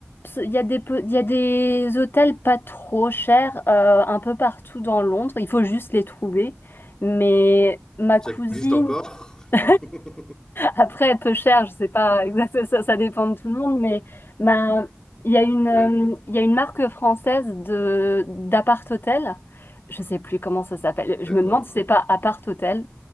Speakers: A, on the left (about 55°); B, on the left (about 15°).
A: Il y a des, pe- il y a des hôtels pas trop chers euh, un peu partout dans Londres. Il faut juste les trouver. Mais ma
B: Ça
A: cousine
B: existe encore?
A: <laughs>
B: <laughs>
A: Après, peu cher, je sais pas exactement, ça, ça dépend de tout le monde, mais ben, il y a une, euh,
B: Oui,
A: il y a une marque française de d'appart hôtel. Je sais plus comment ça s'appelle. Je
B: d'accord,
A: me demande si c'est pas appart hôtel.